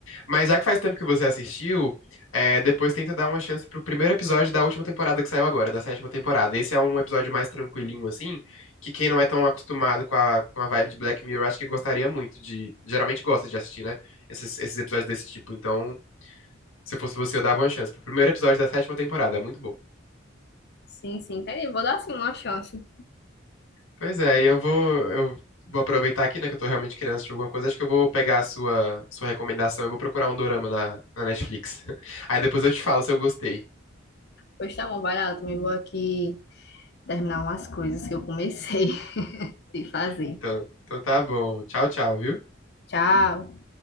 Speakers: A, on the left (about 85°); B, on the left (about 55°).
A: Mas já que faz tempo que você assistiu, é, depois tenta dar uma chance pro primeiro episódio da última temporada que saiu agora, da sétima temporada. Esse é um episódio mais tranquilinho, assim, que quem não é tão acostumado com a, com a vibe de Black Mirror, acho que gostaria muito de. Geralmente gosta de assistir, né? Esses, esses episódios desse tipo. Então, se fosse você, eu dava uma chance pro primeiro episódio da sétima temporada. É muito bom.
B: Sim, sim, entendi. Vou dar assim uma chance.
A: Pois é, e eu vou, eu vou aproveitar aqui, né, que eu tô realmente querendo assistir alguma coisa. Acho que eu vou pegar a sua, sua recomendação. Eu vou procurar um dorama na, na Netflix. <laughs> Aí depois eu te falo se eu gostei.
B: Pois tá bom, vai lá, eu também vou aqui terminar umas coisas que eu comecei <laughs> de fazer.
A: Então, então tá bom. Tchau, tchau, viu?
B: Tchau.